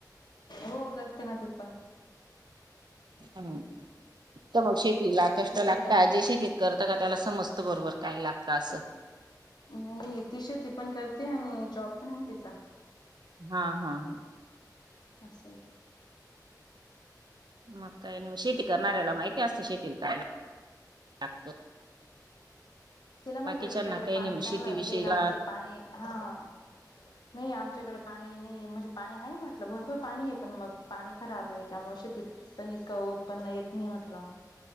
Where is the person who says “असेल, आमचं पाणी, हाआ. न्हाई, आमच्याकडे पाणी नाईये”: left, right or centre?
Left